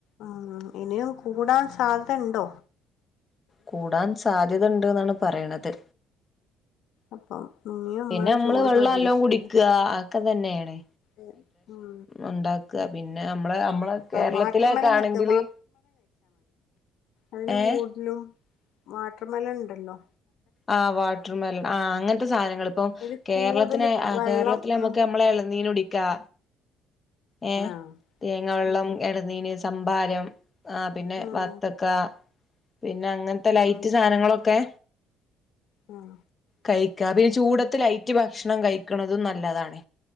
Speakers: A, on the left (about 65°); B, on the left (about 20°).
A: ഊം ഇനിയും കൂടാൻ സാധ്യത ഇണ്ടോ
B: കൂടാൻ സാധ്യത ഉണ്ട് എന്നാണ് പറയണത്
A: അപ്പം ഇനിയും
B: പിന്നെമ്മള്
A: നമ്മള് ചൂട്
B: വെള്ളം
A: പ്രതീക്ഷിക്ക
B: എല്ലാം കുടിക്കുക അകക്കെ തന്നേണ്
A: ഉം ഊം
B: ഒണ്ടാക്ക പിന്നെ നമ്മള് നമ്മള് കേരളത്തിലെക്കെ
A: വാട്ടർമെലനൊക്കെ
B: ആണെങ്കില്
A: അയ്ന്
B: ഏഹ്
A: മൂട്ടിലും വാട്ടർ മെലൻ ഇണ്ടല്ലോ
B: ആഹ് വാട്ടർ മെലൻ ആഹ് അങ്ങനത്തെ സാനങ്ങളിപ്പോ
A: ഒരു
B: കേരളത്തിന്
A: കൂടുതല്
B: ആഹ്
A: വെള്ളം
B: കേരളത്തില്
A: ഉം
B: മ്മക്ക് നമ്മളെ ഇളനീര് കുടിക്കാ ഏഹ്
A: ആഹ്
B: തേങ്ങാ വെള്ളം
A: ഉം
B: എളനീര് സം ഭാരം ആഹ് പിന്നെ
A: ഉം
B: വർത്തക്ക പിന്ന ങ്ങനത്തെ ലൈറ്റ്
A: ഉം
B: സാനങ്ങളൊക്കെ
A: അഹ്
B: കഴിക്കാ ചൂടത്ത് ലൈറ്റ് ഭക്ഷണം കഴിക്കണതും നല്ലതാണ്